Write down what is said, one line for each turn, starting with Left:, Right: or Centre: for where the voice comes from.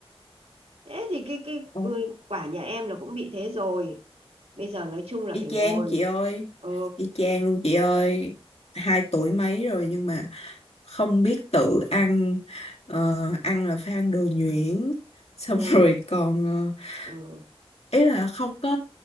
Right: Thế thì cái cái
Left: Ừ,
Right: ừ, quả nhà em là cũng bị thế rồi. Bây giờ nói chung là
Left: Y
Right: phải
Left: chang
Right: ngồi.
Left: chị ơi,
Right: Ừ,
Left: y chang luôn chị ơi. Hai tuổi mấy rồi nhưng mà không biết tự ăn. Ờ, ăn là phải ăn đồ nhuyễn. <laughs> Xong
Right: ngồi.
Left: rồi còn ờ,
Right: Ừ.
Left: ý là không có